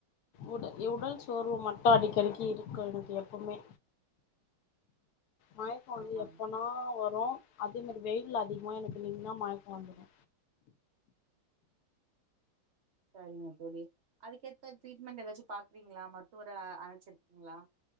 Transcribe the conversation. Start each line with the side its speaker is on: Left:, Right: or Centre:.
Left: உட உடல் சோர்வு மட்டு அடிக்கடிக்கி இருக்கு எனக்கு எப்புவ்மே மயக்கோ வந்து
Right: ஆமாங்க
Left: எப்பனா வரு அதே மாரி வெயில்ல அதிகமா எனக்கு நின்னா மயக்கோ வந்துடோ
Right: செரிங்க தோழி அதுக்கேத்த ட்ரீட்மெண்ட் எதாச்சு பாக்குறீங்ளா மருத்துவர அ அழச்சிருக்கீங்ளா